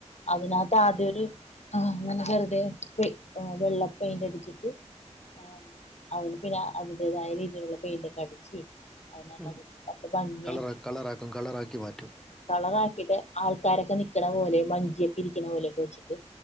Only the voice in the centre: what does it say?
മ്ഹ്
കളറ് കളറാക്കും കളറാക്കി മാറ്റും